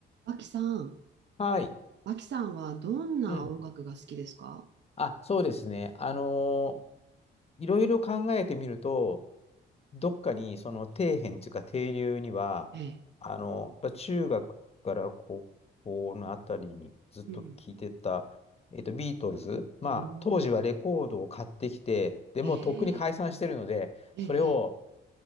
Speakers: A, on the right; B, on the left.
A: 脇さん、
B: はい。
A: 脇さんはどんな音楽が好きですか
B: うん。あ、そうですね。あのーいろいろ考えてみると、どっかにその底辺というか底流には、
A: ええ。
B: あの、やっぱ中学から高校のあたりにずっと聞いてた、
A: うん。
B: えっと、ビートルズ。まあ、
A: おー。
B: 当時はレコードを買ってきて、でもうとっくに解散してるので、
A: ええ、ええ、
B: それを